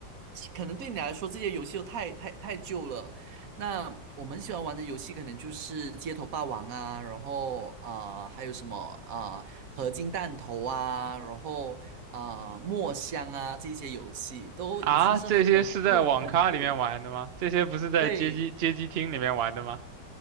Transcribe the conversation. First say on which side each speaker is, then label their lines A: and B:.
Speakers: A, on the right; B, on the right.
A: 可能对你来说这些游戏都太太太旧了。那我们喜欢玩的游戏可能就是街头霸王啊，然后啊、呃还有什么啊、呃合金弹头啊，然后啊、呃墨香啊这些游戏都已经是很旧很旧。
B: <laughs> 啊，这些是在网咖里面玩的吗？这些不是在街机街机厅里面玩的吗？
A: 对，